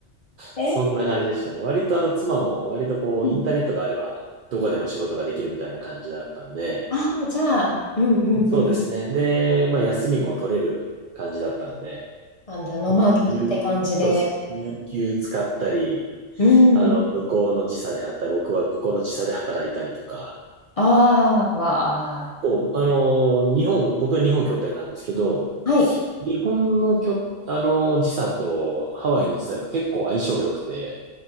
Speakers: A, on the left; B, on the right.
A: ええ
B: そんな感じでしたね。割とあの妻も割とこう、
A: うん
B: インターネットがあれば、どこでも仕事ができるみたいな感じだったんで、
A: ああ、じゃあ、うんうんうん。
B: そうですね。で、まあ休みも取れる感じだったんで、
A: あ、じゃあ、ノマドって感じで。
B: もう、有、そうですね。有給使ったり、
A: うん。
B: あの、向こうの時差であったり、僕は向こうの時差で働いたりとか、
A: ああ、わあ。
B: こう、あの、日本、僕は日本拠点なんですけど、
A: はい。
B: 日本の拠、あの、時差とハワイの時差が結構相性良くて、